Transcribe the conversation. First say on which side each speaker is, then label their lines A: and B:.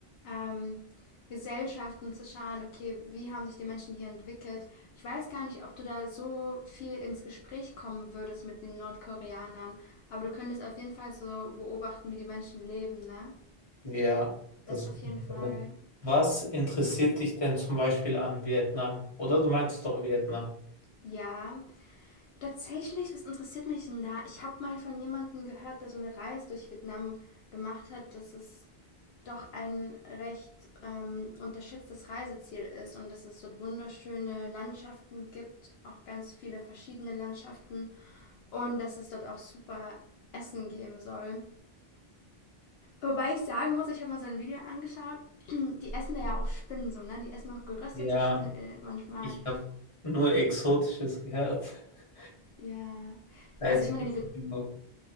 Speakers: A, on the left (about 80°); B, on the left (about 35°).
A: ähm, Gesellschaften zu schauen, okay, wie haben sich die Menschen hier entwickelt. Ich weiß gar nicht, ob du da so viel ins Gespräch kommen würdest mit den Nordkoreanern, aber du könntest auf jeden Fall so beobachten, wie die Menschen leben, ne?
B: Ja, das.
A: Das auf jeden Fall.
B: Was interessiert dich denn zum Beispiel an Vietnam? Oder du meinst doch Vietnam?
A: Ja, Tatsächlich, was interessiert mich denn da? Ich habe mal von jemandem gehört, der so eine Reise durch Vietnam gemacht hat, dass es doch ein recht ähm, unterschätztes Reiseziel ist und dass es dort wunderschöne Landschaften gibt, auch ganz viele verschiedene Landschaften und dass es dort auch super Essen geben soll. Wobei ich sagen muss, ich habe mal so ein Video angeschaut, <clears throat> die essen da ja auch Spinnen so, ne? Die essen auch geröstete
B: Ja,
A: Spinnen äh, manchmal.
B: ich habe nur Exotisches gehört. <laughs>
A: Ja.
B: Da hätte
A: Also ich meine,
B: ich
A: die...
B: nicht
A: Be
B: so viel Bock.